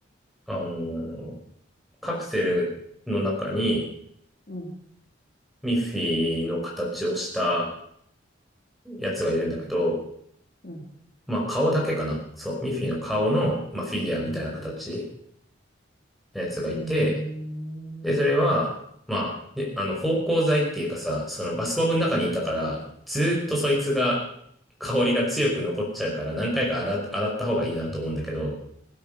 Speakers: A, in the centre; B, on the left.
A: あのーカプセルの中に
B: うん。
A: ミッフィーの形をしたやつがいるんだけど、
B: うん。
A: まあ顔だけかな。そう。ミッフィーの顔の、まあ、フィギュアみたいな形
B: うん。
A: のやつがいて、
B: えー、
A: で、それは、まあ、ね、あの、芳香剤っていうかさ、そのバスボムの中にいたから、ずーっとそいつが、香りが強く残っちゃうから、何回か洗っ、洗った方がいいなと思うんだけど、